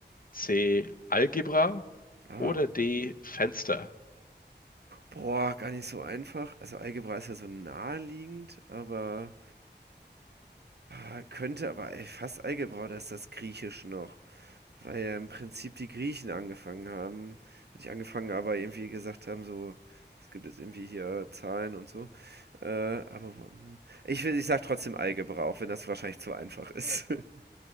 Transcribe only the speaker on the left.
C,
Algebra
oder D, Fenster.